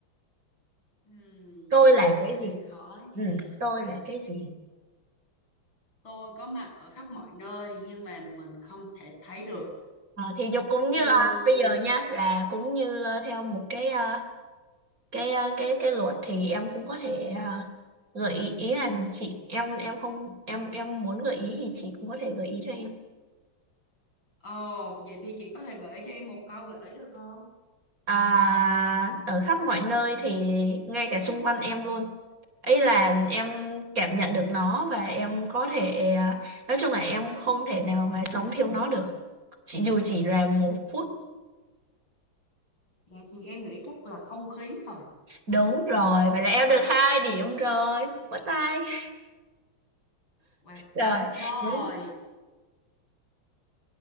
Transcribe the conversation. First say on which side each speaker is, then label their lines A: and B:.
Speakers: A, on the left; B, on the right.
A: Ừm,
B: Tôi là
A: câu
B: cái
A: hỏi này
B: gì?
A: khó nha.
B: Ừ, tôi là cái gì?
A: Tôi có mặt ở khắp mọi nơi nhưng mà mình không thể thấy được.
B: Ờ, thì dục cũng
A: Ừm,
B: như à, bây giờ nha là cũng như à, theo một cái à, cái à, cái cái luật thì em cũng có thể à, gợi ý ý là chị em em không em em muốn gợi ý thì chị cũng có thể gợi ý cho em.
A: ồ, vậy thì chị có thể gợi ý cho em một câu gợi ý được không?
B: À, ở khắp mọi nơi thì ngay cả xung quanh em luôn. Ý là em cảm nhận được nó và em có thể à, nói chung là em không thể nào mà sống thiếu nó được. Chỉ dù chỉ là một phút.
A: Dạ thì em nghĩ chắc là không khí rồi.
B: Đúng rồi, vậy là em được hai điểm rồi. Bắt tay. <laughs>
A: Wow.
B: Rồi.
A: Rồi,
B: Đấy.